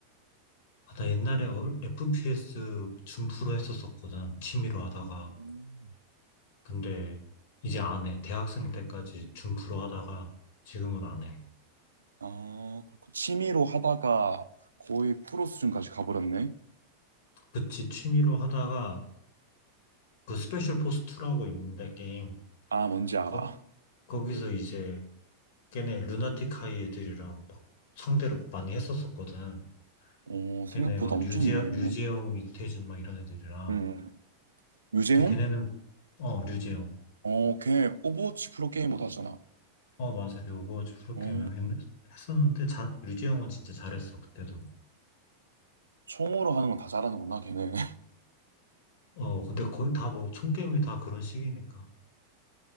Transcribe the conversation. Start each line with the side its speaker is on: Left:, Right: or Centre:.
Left: 아, 나 옛날에 얼- FPS 준프로 했었었거든, 취미로 하다가.
Right: 음.
Left: 근데 이제 안 해. 대학생 때까지 준프로 하다가 지금은 안 해.
Right: 아, 그렇군. 취미로 하다가 거의 프로 수준까지 가버렸네.
Left: 그치, 취미로 하다가 그 스페셜 포스 2라고 있는데 게임.
Right: 아, 뭔지 알아.
Left: 거, 거기서 이제 걔네 루나틱 하이 애들이랑 막 상대로 많이 했었었거든.
Right: 어, 생각보다
Left: 걔네 막
Right: 엄청
Left: 류재,
Right: 유명했네.
Left: 류재영, 이태준 막 이런 애들이랑.
Right: 음, 유재용?
Left: 근데 걔네는, 어, 류재영.
Right: 어, 걔 오버워치 프로게이머도 하잖아.
Left: 어, 맞아. 그 오버워치 프로게이머
Right: 어,
Left: 옛- 했었는데 자, 류재영은 진짜 잘했어, 그때도.
Right: 총으로 하는 건 다 잘하는구나, 걔는. <laughs>
Left: 어, 근데 거의 다 뭐, 총게임이 다 그런 식이니까.